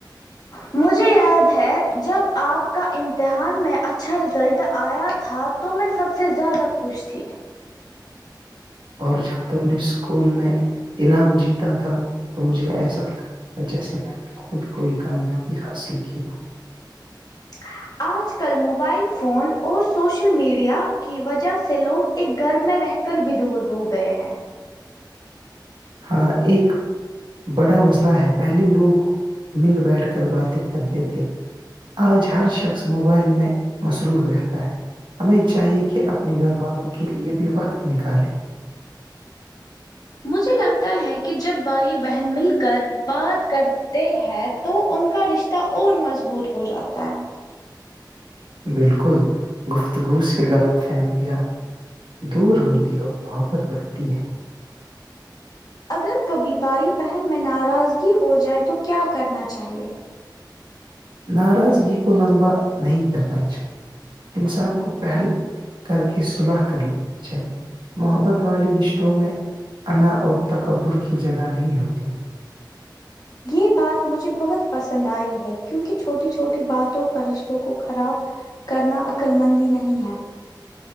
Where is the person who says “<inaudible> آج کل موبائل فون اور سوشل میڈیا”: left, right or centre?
Left